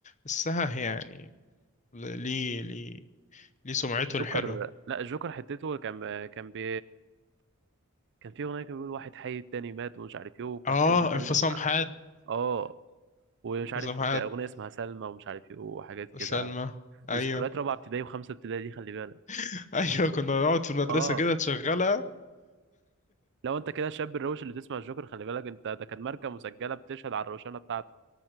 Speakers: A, on the left; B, on the right.
A: بس ها يعني ليه ليه ليه سمعته
B: الجوكر
A: الحلوة
B: لا الجوكر حتته كان كان بي كان في اغنيه كان بيقول واحد حي التاني مات ومش عارف ايه وكان
A: اه
B: في بيتكلم
A: انفصام
B: مع-
A: حاد
B: اه ومش
A: انفصام
B: عارف
A: حاد
B: كان اغنيه اسمها سلمى ومش عارف ايه وحاجات كده
A: سلمى ايوه
B: دي ذكريات رابعه ابتدائي وخمسه ابتدائي دي خلي بالك
A: <laughs> ايوه كنا نقعد في المدرسة
B: اه
A: كده تشغلها
B: لو انت كده الشاب الروش اللي بتسمع الجوكر خلي بالك انت ده كان ماركه مسجله بتشهد على الروشنه بتاعتك